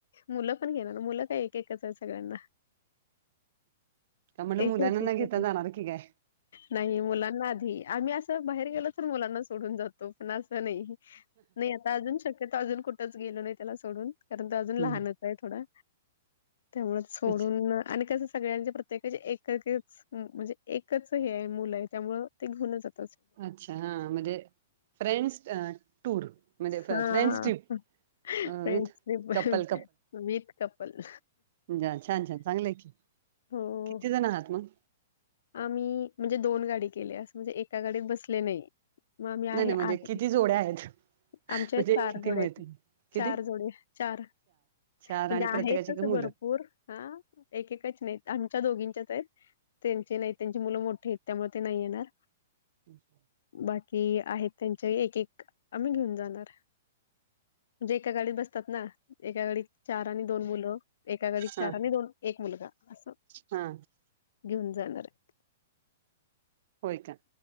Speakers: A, on the left; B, on the right.
A: मुलं पण घेणार मुलं काय एक एकच आहे सगळ्यांना.
B: त्या म्हलं
A: एक
B: मुलांना
A: छोटी छोटी
B: घेता जाणार की काय.
A: नाही मुलांना आधी आम्ही असं बाहेर गेलो तर मुलांना सोडून जातो पण असं नाही. नाही आता अजून शक्यत अजून कुठंच गेलो नाही त्याला सोडून कारण त अजून
B: हम्म
A: लहानच. थोडा त्यामुळे सोडून
B: अच्छा
A: आणि कस सगळ्यांचे प्रत्येकाचे एक. म्हणजे एकच हे आहे मुल आहे त्यामुळ ते घेन जात.
B: अच्छा हा म्हणजे फ्रेंड्स. टूर म्हणजे
A: हा
B: friends trip
A: friendship
B: with couple
A: meet couple.
B: जा छान छान चांगलं आहे की
A: हो.
B: किती जण आहात मग.
A: आम्ही म्हणजे दोन गाडी केले असं म्हणजे एका गाडीत बसले नाही. मग मी आहे
B: नाही नाही
A: आठ.
B: म्हणजे किती जोड्या आहेत
A: आमच्या
B: म्हणजे
A: चार
B: किती
A: जोडे
B: मिळतील
A: आहेत
B: किती
A: चार जोडे चार
B: चार
A: म्हणजे
B: आणि
A: आहेत
B: प्रत्येकाची
A: तस
B: एक मुलं
A: बरो पूर हा एकेकाच नाहीत आमच्या दोघींच्याच आहेत त्यांची नाही त्यांची मुलं मोठी आहेत त्यामुळे ते नाही येणार
B: अच्छाा
A: बाकी आहेत त्यांच्या एक एक आम्ही घेऊन जाणार म्हणजे एका गाडीत बसतात ना एका गाडीत चार आणि दोन मुलं एका घडी
B: हा
A: चार आणि दोन एक मुलगा असं
B: हा
A: घेऊन जाणार आहे
B: होय का